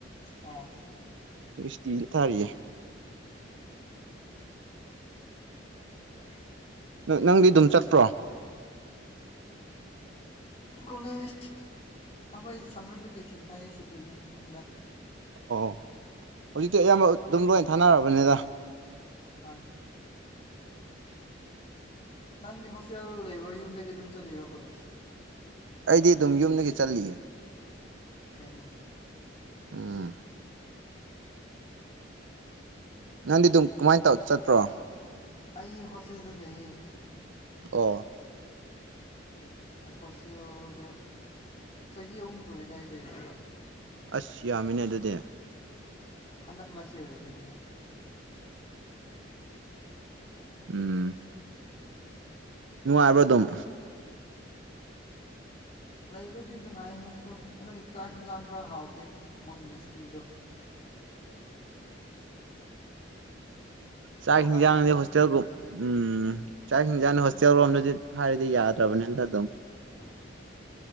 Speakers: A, on the left; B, on the right.
A: ꯑꯣ
B: ꯑꯩꯣꯏꯁꯤꯇꯤꯟꯁ ꯊꯥꯔꯤꯌꯦ
A: <inaudible>
B: ꯅꯪꯗꯤ ꯑꯗꯨꯝ ꯆꯠꯄ꯭ꯔꯣ
A: ꯀꯣꯂꯦꯖ ꯑꯩꯈꯣꯏ ꯁꯝꯃꯔ ꯚꯦꯀꯦꯁꯟ ꯊꯥꯏꯌꯦ ꯁꯨꯇꯤꯅꯦꯗ
B: ꯑꯣ ꯍꯧꯖꯤꯛꯇꯤ ꯑꯌꯥꯝꯕ ꯑꯗꯨꯝ ꯂꯣꯏ ꯊꯥꯅꯔꯕꯅꯤꯗ
A: ꯍꯣꯏ ꯅꯪꯒꯤ ꯍꯣꯁꯇꯦꯜ ꯂꯦꯕꯔ ꯌꯨꯝꯗꯒꯤ ꯑꯗꯨꯝ ꯆꯠꯂꯤꯔꯣ ꯀꯣꯂꯦꯖ
B: ꯑꯩꯗꯤ ꯑꯗꯨꯝ ꯌꯨꯝꯗꯒꯤ ꯆꯠꯂꯤꯌꯦ
A: ꯐꯩꯅꯦ
B: ꯎꯝ ꯅꯪꯗꯤ ꯑꯗꯨꯝ ꯀꯃꯥꯏꯅ ꯇꯧ ꯆꯠꯄ꯭ꯔꯣ
A: ꯑꯩ ꯍꯣꯁꯇꯦꯜꯗ ꯂꯩꯌꯦ
B: ꯑꯣ
A: ꯍꯣꯁꯇꯦꯜꯗ ꯆꯍꯤ ꯑꯍꯨꯝ ꯁꯨꯔꯦ ꯑꯗꯨꯏ ꯂꯩꯔ
B: ꯑꯁ ꯌꯥꯝꯃꯤꯅꯦ ꯑꯗꯨꯗꯤ
A: ꯍꯟꯗꯛ ꯂꯥꯁ ꯌꯔ ꯑꯣꯏꯗꯣꯏꯅꯤꯗ
B: ꯎꯝ ꯅꯨꯉꯥꯏꯕꯔꯣ ꯑꯗꯨꯝ
A: ꯂꯩꯕꯗꯤ ꯅꯨꯡꯉꯥꯏꯍꯣꯏ ꯑꯗꯨꯝ ꯑꯗꯩ ꯆꯥꯛ ꯍꯟꯖꯥꯡ ꯈꯔ ꯍꯥꯎꯇꯦ ꯃꯣꯏ ꯃꯦꯁ ꯄꯤꯕꯗꯣ
B: <inaudible> ꯆꯥꯏꯗꯤ
A: ꯍꯋꯥꯏ ꯉꯥꯛꯇ ꯑꯗꯨꯝ
B: ꯍꯣꯁꯇꯦꯜ
A: ꯄꯤꯔ
B: ꯀ
A: ꯂꯩ
B: ꯎꯝ ꯆ ꯍꯤꯡꯖꯥꯥꯟ ꯍꯣꯁꯇꯦꯜ ꯔꯣꯝꯗꯨꯗꯤ ꯍꯥꯏꯔꯤꯗꯤ ꯌꯥꯗ꯭ꯔꯕꯅꯤꯗ ꯑꯗꯨꯝ
A: <inaudible>